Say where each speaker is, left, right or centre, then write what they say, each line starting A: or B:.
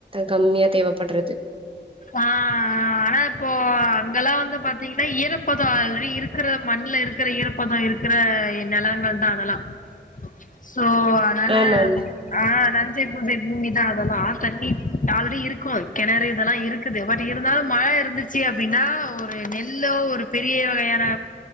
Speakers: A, on the right; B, on the left.
A: கம்மியா தேவைப்பட்றது
B: ஆ ஆ ஆனா இப்போ அங்கெல்லா வந்து பாத்தீங்கன்னா ஈரப்பதம் ஆல்ரெடி இருக்கிற மண்ணுல இருக்கிற ஈரப்பதம் இருக்கிற நிலங்கள் தான் அதெல்லாம் <inaudible> சோ அதனால
A: ஆமா ஆமா
B: ஆ அத செம வி பூமிதா ஆனா ஆ தண்ணி ஆல்ரெடி இருக்கு கெணறு இதெல்லாம் இருக்குது பட் இருந்தாலும் மழை இருந்துச்சு அப்டின்னா ஒரு நெல்லோ ஒரு பெரிய வகையான